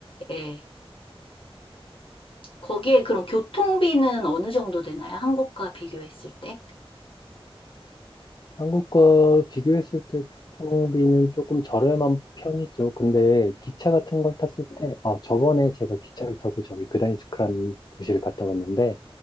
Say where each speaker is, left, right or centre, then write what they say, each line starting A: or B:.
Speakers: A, on the left; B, on the left.
A: 예. 거기에 그럼 교통비는 어느 정도 되나요? 한국과 비교했을 때?
B: 한국과 비교했을 때 교통비는 조금 저렴한 편이죠. 근데 기차 같은 걸 탔을 때, 어, 저번에 제가 기차를 타고 저기 그다니스크라는 도시를 갔다 왔는데,